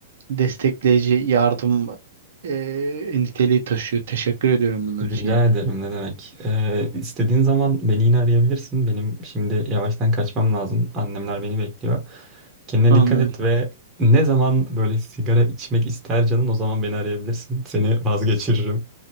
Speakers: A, on the right (about 65°); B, on the right (about 20°).
A: destekleyici, yardım ee, niteliği taşıyor. Teşekkür ediyorum bunlar
B: Rica
A: için yani.
B: ederim ne demek. Ee, istediğin zaman beni yine arayabilirsin. Benim şimdi yavaştan kaçmam lazım. Annemler beni bekliyor. Kendine
A: Anladım.
B: dikkat et ve ne zaman böyle sigara içmek ister canın o zaman beni arayabilirsin. Seni vazgeçiririm.